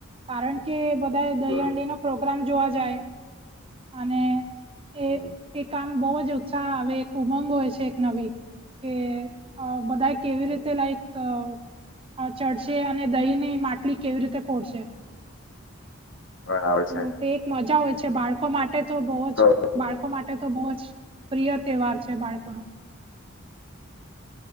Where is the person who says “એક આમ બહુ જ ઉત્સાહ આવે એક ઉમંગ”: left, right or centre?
Right